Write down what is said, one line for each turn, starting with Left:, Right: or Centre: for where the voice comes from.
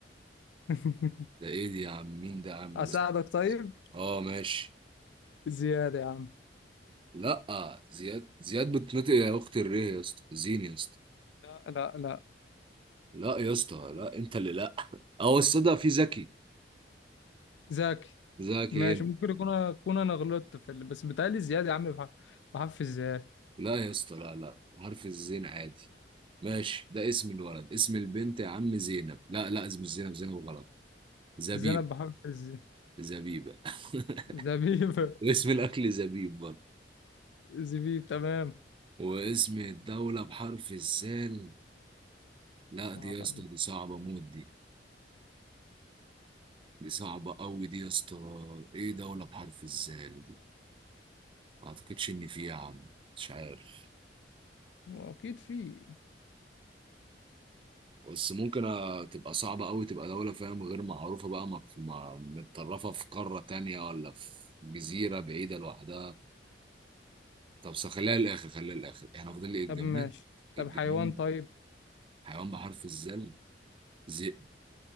Left: <laughs>
Right: ده ايه دي يا عم مين ده يا عم
Left: اساعدك
Right: اللي اسمه
Left: طيب
Right: اه ماشي
Left: زيادة يا عم
Right: لا زياد زياد بتنطق يا اخت الريه يا اسطى زين يا اسطى
Left: لا لا لا
Right: لا يا اسطى لا انت اللي لا اه الصدق في زكي
Left: ذاكي
Right: زكي
Left: ماشي
Right: انت
Left: ممكن يكون اكون انا غلطت في ال... بس بتهيألي زيادة يا عم بحرف بحرف الزيادة
Right: لا يا اسطى لا لا حرف الزين عادي ماشي ده اسم الولد اسم البنت يا عم زينب لا لا اسم مش زينب زينب غلط زبيب
Left: زينب بحرف الز
Right: زبيبة <laughs>
Left: زبيب
Right: واسم الأكل زبيب برضه
Left: <laughs> زبيب تمام
Right: واسم الدولة بحرف الزال لا
Left: صعبة
Right: دي يا اسطى
Left: دي
Right: دي صعبة موت دي دي صعبة أوي دي يا اسطى إيه دولة بحرف الزال دي ما أعتقدش إن في يا عم مش عارف
Left: هو أكيد في
Right: بس ممكن آه، تبقى صعبة أوي تبقى دولة فاهم غير معروفة بقى مك- ما- متطرفة في قارة تانية ولا في جزيرة بعيدة لوحدها طب س- خليها للاخر خليها للاخر احنا فاضل لي الجماد
Left: طب ماشي
Right: الجماد
Left: طب حيوان طيب
Right: حيوان بحرف الزل ذئب